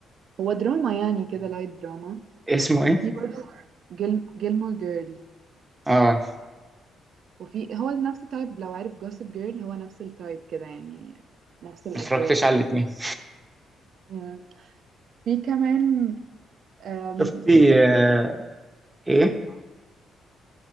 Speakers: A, on the right (about 65°); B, on the right (about 20°).
A: هو دراما يعني كده لايت دراما
B: اسمه ايه؟
A: في برضو جيلمور جيرلز
B: اه ما
A: وفي هو نفس التايب لو عارف جوسب جيرل هو نفس التايب كده يعني نفس الأجواء
B: اتفرجتش على الاثنين
A: مم. في كمان أم،
B: شفتي
A: شفت
B: آه، ايه؟